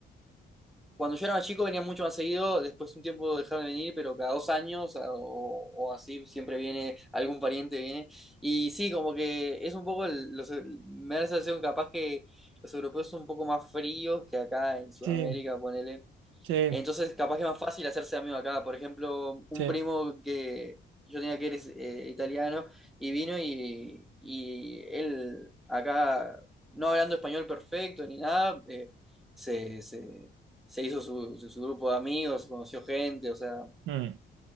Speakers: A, in the centre; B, on the right.
A: Cuando yo era más chico venía mucho más seguido, después un tiempo dejaron de venir, pero cada dos años a- o, o así siempre viene, algún pariente viene. Y sí, como que es un poco, el- los, me da la sensación capaz que los europeos son un poco más fríos que acá en Sudamérica,
B: sí,
A: ponele.
B: sí,
A: Entonces, capaz que es más fácil hacerse amigo acá. Por ejemplo, un
B: sí.
A: primo que yo tenía que era eh, italiano y vino y, y él acá, no hablando español perfecto ni nada, eh, se, se- se hizo su, su- su grupo de amigos, conoció gente, o sea,
B: mm,